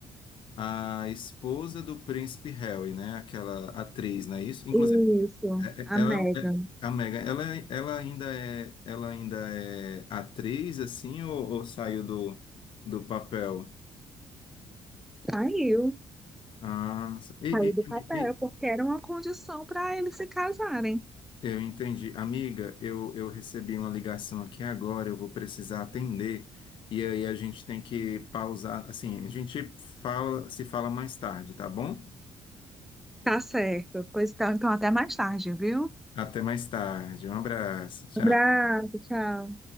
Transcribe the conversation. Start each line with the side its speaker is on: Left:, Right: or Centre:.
Left: a, a esposa do príncipe Harry, né? Aquela atriz, não é isso? Inclusive,
Centre: Isso, a
Left: ela
Centre: Meghan
Left: é um, é, a Meghan, ela, ela ainda é, ela ainda é atriz, assim, ou, ou saiu do, do papel?
Centre: saiu,
Left: Ah, e, e-
Centre: saiu do papel,
Left: e-
Centre: porque era uma condição para eles se casarem.
Left: eu entendi. Amiga, eu, eu recebi uma ligação aqui agora, eu vou precisar atender. E aí a gente tem que pausar, assim, a gente fala, se fala mais tarde, tá bom?
Centre: Tá certo. Pois então, então até mais tarde, viu?
Left: Até mais tarde. Um abraço. Tchau.
Centre: Abraço, tchau.